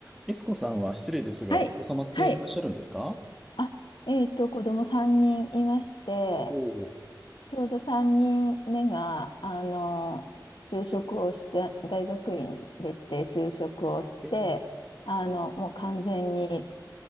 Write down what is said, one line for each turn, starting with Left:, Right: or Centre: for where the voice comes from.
Centre: いつこさんは失礼ですが、
Left: はい。
Centre: お子様っていらっしゃるんですか
Left: はい。あ、えっと、子供3人いまして、
Centre: おお
Left: ちょうど3人目が、あの、就職をして、大学院出て就職をして、
Centre: ー。えー
Left: あの、もう完全に